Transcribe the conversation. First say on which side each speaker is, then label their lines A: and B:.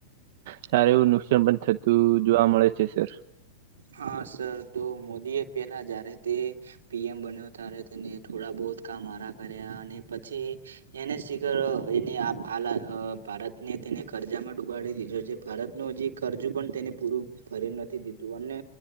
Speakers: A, on the right; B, on the right.
A: સાર એવું નુકસાન પણ થતું જોવા મળે છે સર.
B: હા સર તો મોદી એ પેલા જયારે તે પીએમ બન્યો ત્યારે તેને થોડા બહોત કામ મારા કર્યા અને પછી એને શિખર એને આ ભારતને તેને કરજામાં ડૂબાડી દીધો છે ભારતનું હજી કરરજુ પણ તેને પૂરું ભર્યું નથી દીધું અને